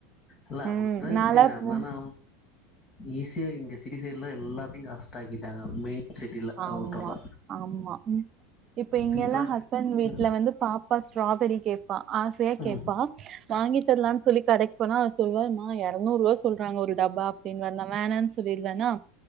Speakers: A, on the left; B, on the right.
A: இல்ல அப்டிதா
B: ம்
A: இருக்குங்க
B: நான்லாம்
A: என்னன்னா
B: போ
A: ஈஸியா இங்க சிட்டி சைட்லா எல்லாத்தையு காஷ்ட ஆக்கிட்டாங்க மெயின் சிட்டில
B: ஆமா
A: அவுட் ஆஃப்ல
B: ஆமா இப்ப இங்கெல்லா
A: சிம்பிளா கெடை
B: ஹஸ்பண் வீட்ல
A: ம்
B: வந்து பாப் பா ஸ்ட்ராபெரி கேப்பா ஆசையா கேப்பா
A: ம்
B: வாங்கி தர்லான் சொல்லி கடைக் போனா சொல்வார்மா எரநூர்வா சொல்றாங்க ஒரு டப்பா அப்டின்னு வார் நா வேனான் சொல்லிருவன்னா